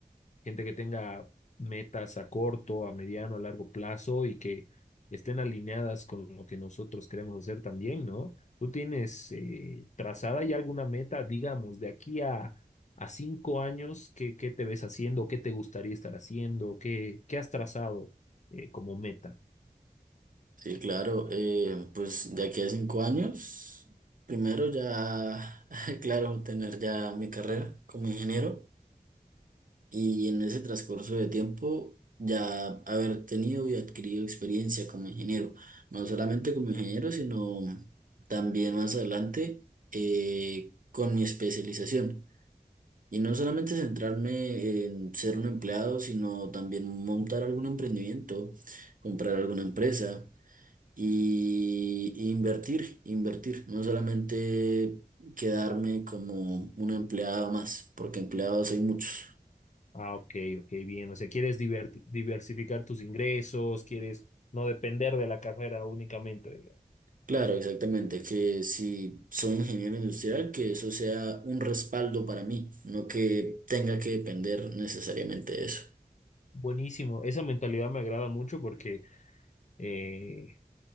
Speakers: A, on the left (about 50°); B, on the right (about 60°).
A: gente que tenga metas a corto, a mediano, a largo plazo y que estén alineadas con lo que nosotros queremos hacer también, ¿no? ¿Tú tienes eh, trazada ya alguna meta, digamos, de aquí a, a cinco años, qué, qué te ves haciendo, qué te gustaría estar haciendo, qué, qué has trazado eh, como meta?
B: Sí, claro, eh, pues de aquí a cinco años, primero ya, <laughs> claro, tener ya mi carrera como ingeniero y en ese transcurso de tiempo ya haber tenido y adquirido experiencia como ingeniero, no solamente como ingeniero, sino también más adelante eh, con mi especialización. Y no solamente centrarme en ser un empleado, sino también montar algún emprendimiento, comprar alguna empresa y, y invertir, invertir, no solamente quedarme como un empleado más, porque empleados hay muchos.
A: Ah, ok, ok, bien. O sea, quieres diver- diversificar tus ingresos, quieres no depender de la carrera únicamente. digamos.
B: Claro, exactamente, que si soy ingeniero industrial, que eso sea un respaldo para mí, no que tenga que depender necesariamente de eso.
A: Buenísimo. Esa mentalidad me agrada mucho porque eh,